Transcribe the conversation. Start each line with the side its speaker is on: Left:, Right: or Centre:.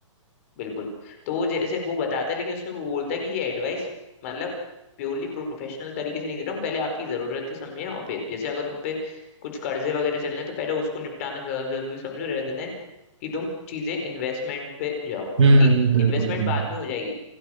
Left: बिल्कुल तो वो जैसे वो बताता है लेकिन उसमें वो बोलता है कि ये एडवाइस मतलब प्योरली प्रोफेशनल तरीके से नहीं दे रहा हूँ पहले आपकी ज़रूरतें समझें और फिर जैसे अगर तुम पे कुछ कर्जे वगैरह चल रहे हैं तो पहले उसको निपटाना ज़्यादा ज़रूरी समझो रहते देन कि तुम चीज़ें इन्वेस्टमेंट पे जाओ
Right: हम्म
Left: क्योंकि
Right: हम्म
Left: इन्वेस्टमेंट
Right: हम्म
Left: बाद में हो जाएगी